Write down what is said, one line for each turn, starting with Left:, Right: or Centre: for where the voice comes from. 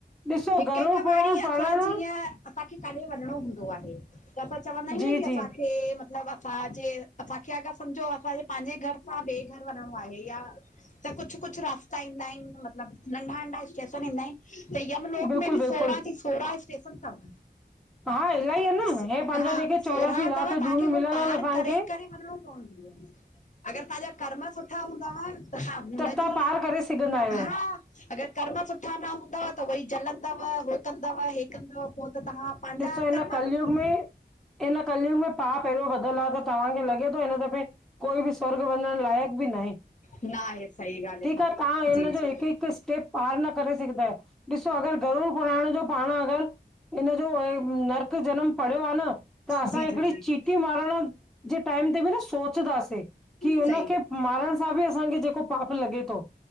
Centre: ॾिसो
Left: हिक
Centre: गरुड़
Left: हिक वाणी
Centre: पुराण पढ़ण
Left: जीअं असांखे काथे वञणो हूंदो आहे त असां चवंदा आहियूं
Centre: जी
Left: न की
Centre: जी
Left: असांखे मतलब तांजे, असांखे अगर सम्झो असांजे पांजे घर सां ॿे घर वञिणो आहे या त कुछ कुछ रास्ता ईंदा ईन मतलब नंढा नंढा स्टेशन ईंदा ईन। त यमलोक
Centre: बिल्कुलु
Left: में बि
Centre: बिल्कुलु
Left: सोराह जी सोराह स्टेशन तव।
Centre: हा इलाही आहे न
Left: स
Centre: हे पंहिंजा
Left: हा
Centre: जेके
Left: सोराह
Centre: चोरासी
Left: तव
Centre: लाख
Left: तव्हांखे
Centre: जूणियूं
Left: हो
Centre: मिलियल
Left: पार
Centre: आहिनि असांखे
Left: करे करे वञनो पंवदी आ अगर तांजा कर्म सुठा हूंदाव त हां हुनजी
Centre: तब तव्हां पार करे सघंदा आहियो
Left: हा अगर कर्म सुठा न हूंदव त उएई जलंदव उहो कंदव हे कंदव पो त तहां पांजा
Centre: ॾिसो हिन
Left: कर्मा
Centre: कलयुग
Left: पिट
Centre: में इन कलियूंग में पाप एरो वधल आ त तव्हांखे लॻे तो हिन दफ़े कोई बि स्वर्ग वञण लाइक़ बि न आए।
Left: न आहे सही ॻाल्हि
Centre: ठीक
Left: आहे
Centre: आ
Left: भाभी
Centre: तां हिन
Left: जी
Centre: जो हिक हिक स्टेप पार न करे सघदा आयो। ॾिसो अगर गरूर पुरान जो पाण अगर ओ अ नर्क जनम पढ़यो आ न असां
Left: जी जी जी
Centre: हिकड़ी
Left: जी
Centre: ची टी मारण जे टाइम ते बि न सोचदासे। की हुन
Left: सही
Centre: खे
Left: ॻाल्हि
Centre: मारण सां बि असांखे जेको पाप लॻे तो।